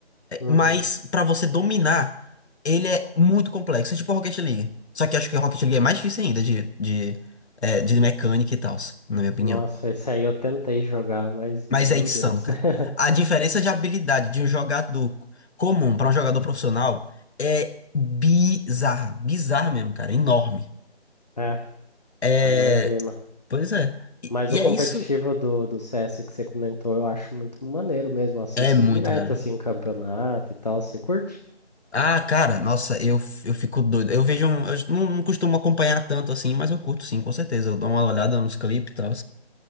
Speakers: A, on the left; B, on the left.
A: é,
B: Uhum.
A: mas pra você dominar, ele é muito complexo. É tipo Rocket League. Só que acho que Rocket League é mais difícil ainda de, de, é, de mecânica e tal, na minha opinião.
B: Nossa, esse aí eu tentei jogar, mas meu
A: Mas é insano,
B: Deus.
A: cara.
B: <laughs>
A: A diferença de habilidade de um jogador comum para um jogador profissional é bizarra. Bizarra mesmo, cara. Enorme.
B: É,
A: É.
B: eu imagino.
A: Pois é. E,
B: Mas
A: e
B: o
A: é
B: competitivo
A: isso.
B: do, do CS que você comentou, eu acho muito maneiro mesmo. Assisto
A: É muito,
B: direto,
A: cara.
B: assim, campeonato e tal. Você curte?
A: Ah, cara, nossa, eu, eu fico doido. Eu vejo um. Eu não, não costumo acompanhar tanto assim, mas eu curto sim, com certeza. Eu dou uma olhada nos clipes e tal.